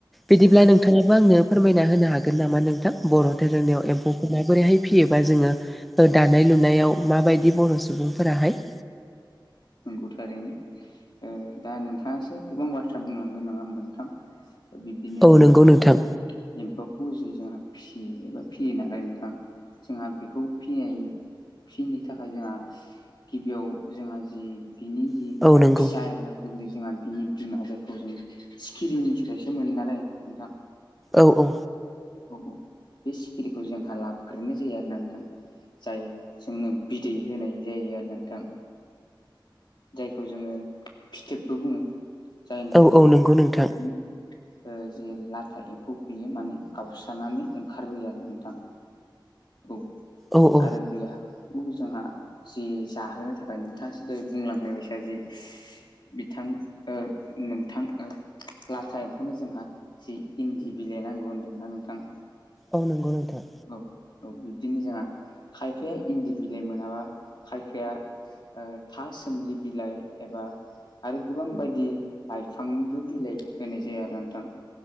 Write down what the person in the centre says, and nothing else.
बिदिब्ला नोंथांआबो आंनो फोरमायना होनो हागोन नामा नोंथां बर' धोरोमनियाव एम्फौ माबोरैहाय फियोबा जोङो ओ दानाय लुनायाव माबायदि बर' सुबुंफोराहाय
औ
नंगौ
नोंथां
औ नंगौ
औ-औ।
औ औ नंगौ नोंथां
औ औ
औ नंगौ नोंथां।